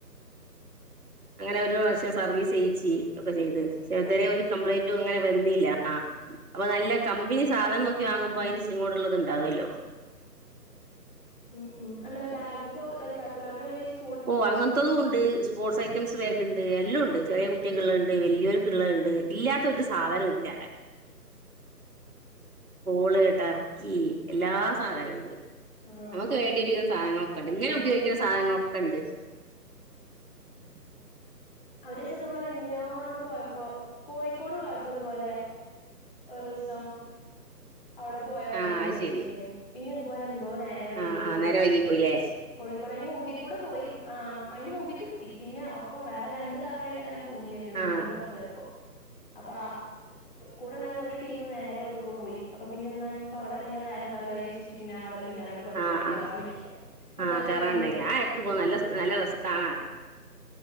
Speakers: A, on the right; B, on the left.
A: അങ്ങനെ ഒരു പ്രാവിശ്യ സർവീസ് ചെയ്യിച്ച് അപ്പോൾ ചെയ്ത് പക്ഷെ ഇതുവരെ ഒരു കംപ്ലയിൻ്റോ വന്നില്ല അപ്പൊ നല്ല കമ്പനി സാധനം നോക്കി വാങ്ങുമ്പോ
B: ഉം
A: അതിന് യൂസിങ് കെടി ഉള്ളത് ഉണ്ടാവുമല്ലോ
B: ഉം ഉം അല്ല ബാഗ്പ്പോ ഡക്കാത്ത ലോൻ്റെഏകദേശം
A: ഓ അങ്ങനത്തെതും ഉണ്ട് സ്പോർട്സ് ഐറ്റം റ്റംസ് ബാഗ് ഉണ്ട് എല്ലാം ഉണ്ട് ചെറിയ കുട്ടികള ഉണ്ട് വലിയൊർക്ക ഉണ്ട് ഇല്ലാത്തരു സാധനം ഇല്ലാ അവിടെ ബോള്ഡർ എല്ലാ സാധനവും ഉണ്ട്
B: ആഹ്
A: നമുക്ക് വേണ്ടിരിക്കുന്ന സാധനങ്ങളൊക്കെ ഉണ്ട് ഇങ്ങനെ
B: ആഹ്
A: ഉപയോഗിക്കുന്ന സാധനങ്ങളൊക്കെ ഉണ്ട്
B: ഉ <inaudible> ഒരു ദിവസം ഇതുപോലെ എന്തിനോ കൊണ്ട് പോയപ്പോ കോഴിക്കോട് പോയപ്പോ അതുപോലെ ഒരു ദിവസം അവിടെ പോയോക്കണം
A: ആ
B: വിചാരിച്ചിന്
A: അത് ശരി
B: പിന്നെതുപോലെ എന്തോ നേരം വൈകിട്ട്
A: ആ ആ നേരം വൈകി പോയില്ലേ
B: കോഴിക്കോടന് മുമ്പിൽ കൂടെ പോയി ആ അതിന്റെ മുമ്പിൽക്ക എത്തി പിന്നെ ഒപ്പം വേറെ രണ്ട് കാറിലായിട്ട് അങ്ങനെ പോയിണ്ടായിരുന്നു വീട്ടീന്ന്
A: ആ
B: പുറത്തു പോയപ്പോ അപ്പ കൂടെ ഉഉണ്ടായിരുന്ന ഒരു ടീം നേരെ എവിടുകോ പോയി അപ്പൊ പിന്നെ ഇഞ്ഞിപ്പോ അവിടെ ഇറങ്ങിയ നേരണ്ടാവോച്ചട്ട് പിന്നെ അവരെ പിന്നാലാണ്ട് പോയപ്പോ
A: ആഹ
B: പിന്നെ
A: ആഹ്
B: കേറാൻ പറ്റിയില്ല ഒന്ന്
A: ആഹ
B: കേറി
A: കേയറാണ്ടായിന്ന്
B: നോക്കണം എന്നുണ്ടായിരുന്നു
A: ആ എടക്ക് പോ നല്ല നല്ല രസം കാണാ